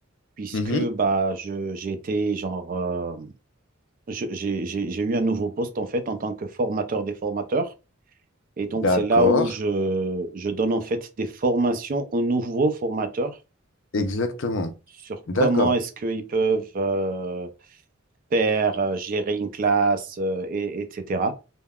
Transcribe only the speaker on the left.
Mhm.
D'accord,
exactement.
D'accord.